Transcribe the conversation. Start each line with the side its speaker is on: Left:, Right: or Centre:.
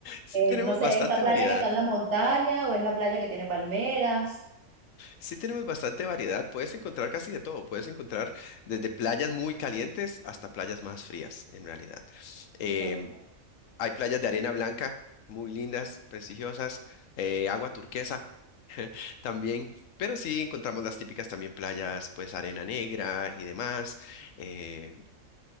Left: sí
Right: eh,
Left: tenemos
Right: no sé,
Left: bastante
Right: esta playa
Left: variedad,
Right: que está en la montaña o es la playa que tiene palmeras,
Left: sí tenemos bastante variedad, puedes encontrar casi de todo, puedes encontrar desde playas muy calientes hasta playas más frías en realidad. Em,
Right: Ok.
Left: hay playas de arena blanca. Muy lindas, prestigiosas, eh, agua turquesa, también, pero sí encontramos las típicas también playas, pues arena negra y demás. eh,